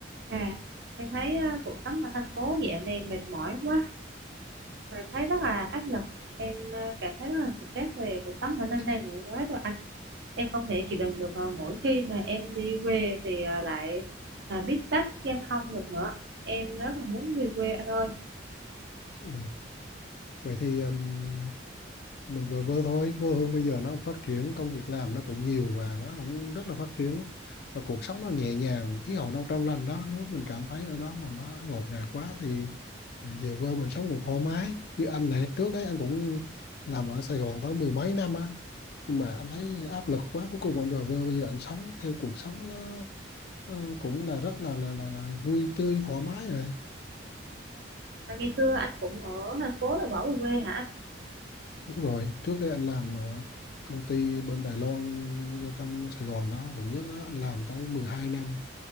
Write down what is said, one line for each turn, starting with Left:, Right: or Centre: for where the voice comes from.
Right: À, em thấy ờ, cuộc sống ở thành phố dạo này mệt mỏi quá, em thấy rất là áp lực, em ờ, cảm thấy rất là stress về cuộc sống ở nơi này nữa quá rồi anh. Em không thể chịu đựng được ờ, mỗi khi mà em đi về thì ờ, lại ờ, bít tắc giao thông được nữa. Em rất là muốn về quê anh ơi.
Left: Ừ. Vậy thì um, mình vừa vừa thôi quê hương bây giờ nó cũng phát triển công việc làm nó cũng nhiều và nó cũng rất là phát triển và cuộc sống nó nhẹ nhàng khí hậu nó trong lành đó nếu mình cảm thấy ở đó mà nó ngột ngạt quá thì về quê mình sống cũng thoải mái như anh này trước đấy anh cũng làm ở Sài Gòn tới mười mấy năm á nhưng mà anh thấy áp lực quá cuối cùng anh về quê bây giờ anh sống theo cuộc sống nó, nó cũng là rất là là là, là vui tươi thoải mái rồi
Right: Mà ngày xưa anh cũng ở thành phố rồi bỏ về quê hả anh?
Left: Đúng rồi, trước đây anh làm ở công ty bên Đài Loan ở trong Sài Gòn đó, quận nhất đó, anh làm tới 12 năm.